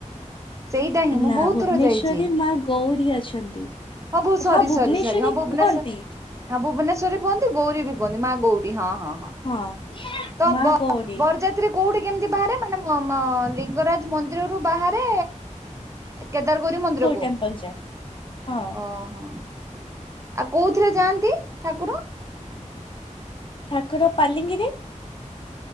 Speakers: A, on the right; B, on the left.
A: ସେଇଟା ହିଁ ମୁଁ
B: ନା
A: ବହୁତ
B: ଭୁବନେଶ୍ଵରେ
A: ଥର ଯାଇଛି
B: ମା ଗୌରୀ ଅଛନ୍ତି।
A: ହଁ ବୋ ସରି
B: ଭୁବନେଶ୍ଵରୀ
A: ସରି ସରି ହଁ ଭୁବନେଶ୍ଵର
B: କୁହନ୍ତି
A: ହଁ ଭୁବନେଶ୍ରରେ କୁହନ୍ତି ଗୌରୀ ବି କୁହନ୍ତି ମା ଗୌରୀ ହଁ ହଁ।
B: ହଁ
A: ତ
B: ମା
A: ବ
B: ଗୌରୀ।
A: ବରଯାତ୍ରୀ କୋଉଠି କେମିତି ବାହାରେ ମାନେ ମ ମ ଲିଙ୍ଗରାଜ ମନ୍ଦିରରୁୁ ବାହାରେ କେଦାରଗୌରୀ ମନ୍ଦିରକୁ
B: ଟେମ୍ପଲ ଯାଏ ହଁ।
A: ଓହୋ। ଆଉ କୋଉଥିରେ ଯାଆନ୍ତି ଠାକୁର?
B: ଠାକୁର ପାଲିଙ୍କିରେ।